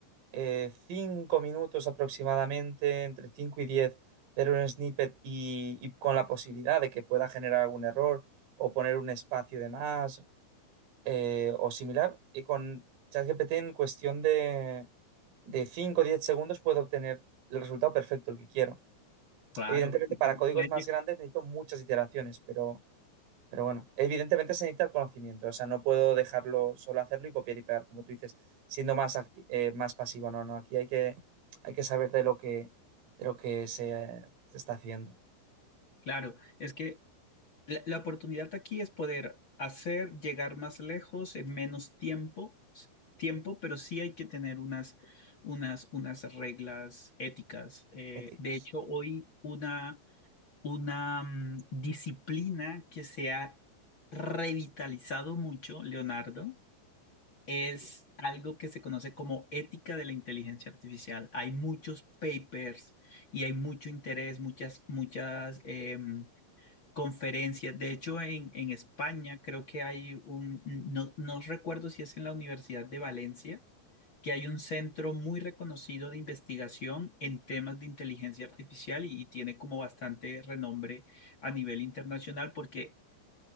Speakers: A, on the right (about 90°); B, on the left (about 45°).
A: eh, 5 minutos aproximadamente, entre 5 y 10, hacer un snippet y, y con la posibilidad de que pueda generar algún error o poner un espacio de más eh, o similar, y con ChatGPT en cuestión de, de 5 o 10 segundos puedo obtener el resultado perfecto, el que quiero.
B: Claro,
A: Evidentemente,
B: y
A: para
B: pu-
A: códigos
B: puede
A: más
B: lle-
A: grandes necesito muchas iteraciones, pero, pero bueno, evidentemente se necesita el conocimiento, o sea, no puedo dejarlo solo hacerlo y copiar y pegar, como tú dices, siendo más, acti- eh, más pasivo, no, no, aquí hay que, hay que saber de lo que, de lo que se, se está haciendo.
B: claro, es que La, la oportunidad aquí es poder hacer llegar más lejos en menos tiempo, s- tiempo, pero sí hay que tener unas, unas, unas reglas éticas. Eh,
A: Éticas.
B: de hecho, hoy una, una mm, disciplina que se ha revitalizado mucho, Leonardo, es algo que se conoce como ética de la inteligencia artificial. Hay muchos papers y hay mucho interés, muchas, muchas... em, conferencias. De hecho, en, en España creo que hay un, no, no recuerdo si es en la Universidad de Valencia, que hay un centro muy reconocido de investigación en temas de inteligencia artificial y, y tiene como bastante renombre a nivel internacional porque